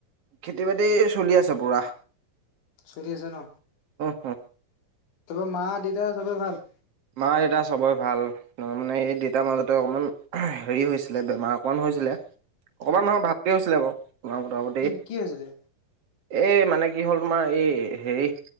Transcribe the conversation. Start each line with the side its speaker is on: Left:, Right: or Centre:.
Right: খেতি-বাতি চলি আছে, পূৰা।
Left: চলি আছে ন'?
Right: হম
Left: তহঁতৰ, মা- দেউতা চবে ভাল?
Right: মা- দেউতা চবেই ভাল। অ'! মানে, এই দেউতাৰ মাজতে, অকণমান হেৰি হৈছিলে, বেমাৰ অকণমান হৈছিলে। অকণমান
Left: অ
Right: নহয়, ভালকৈ হৈছিলে বাৰু। <unintelligible> মোটামূতি।
Left: কি কি হৈছিলে
Right: এই মানে, কি হ'ল! তোমাৰ এই, হেৰি